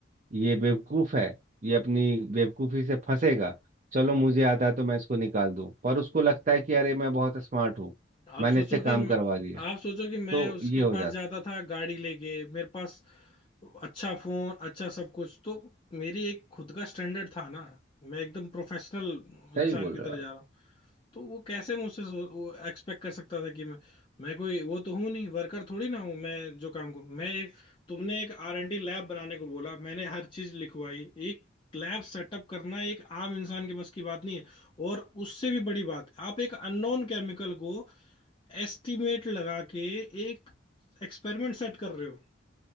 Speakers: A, on the right; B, on the left.
A: ये बेवकूफ है ये अपनी बेवकूफी से फंसेगा चलो मुझे आता है तो मैं इसको निकाल दूं पर उसको लगता है कि अरे मैं बहुत स्मार्ट हूँ
B: आप
A: मैंने
B: सोचो
A: इससे काम
B: कि मैं-
A: करवा लिया
B: आप सोचो कि मैं
A: तो
B: उसके
A: ये हो
B: पास
A: जाता
B: जाता
A: है
B: था गाड़ी लेके मेरे पास अच्छा फोन अच्छा सब कुछ तो मेरी एक खुद का स्टैंडर्ड था ना मैं एकदम प्रोफेशनल
A: सही
B: इंसान
A: बोल
B: की
A: रहे
B: तरह
A: हो
B: जा
A: आप
B: रहा हूँ तो वो कैसे मुझसे एक्सपेक्ट कर सकता था कि मैं मैं कोई वो तो हूं नहीं वर्कर थोड़ी ना हूं मैं जो काम को मैं एक तुमने एक आर एंड डी लैब बनाने को बोला मैंने हर चीज लिखवाई एक लैब सेटअप करना एक आम इंसान के बस की बात नहीं है और उससे भी बड़ी बात आप एक अननोन केमिकल को एस्टिमेट लगा के एक एक्सपेरिमेंट सेट कर रहे हो